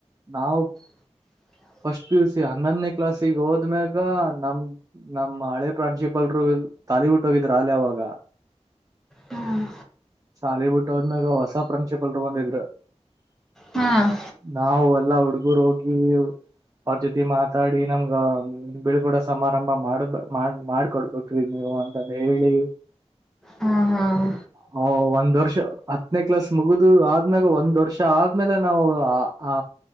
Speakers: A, on the right; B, in the centre.
A: ನಾವು
B: <inaudible>
A: ಫಸ್ಟ್ ಪು ಸಿ ಹನ್ನೊಂದನೇ ಕ್ಲಾಸ್ಗೆ ಹೋದ್ಮ್ಯಾಗ ನಮ ನಮ್ ಹಳೆ ಪ್ರಾನ್ಸಿಪಲ್ರು ತಾನಿ ಬಿಟ್ಟು ಹೋಗಿದ್ರ ಅಲೆ ಅವಾಗ
B: ಹ್ಮ್
A: ಶಾಲಿ ಬಿಟ್ಟುದ್ನಾಗ ಹೊಸ ಪ್ರಿನ್ಸಿಪಲ್ರು ಬಂದಿದ್ರೂ
B: ಹ್ಮ್
A: ನಾವವು ಎಲ್ಲ ಹುಡುಗುರು ಹೋಗಿ ಅವ್ರ ಜೊತೆ ಮಾತಾಡಿ ನಮ್ಗಳ ಕೂಡ ಸಮಾರಂಭ ಮಾಡಬ ಮಾಡ ಮಾಡಕೊಡ್ಬೇಕಿ ನೀವು ಅಂತ ಹೇಳಿ
B: ಹ್ಮ್ ಹ್ಮ್
A: ಹ ಒಂದು ವರ್ಷ ಹತ್ತನೇ ಕ್ಲಾಸ್ ಮುಗುದು ಆದ್ಮ್ಯಾಗ ಒಂದ್ ವರ್ಷ ಆದ್ಮೇಲೆ ನಾವು ಆ ಆ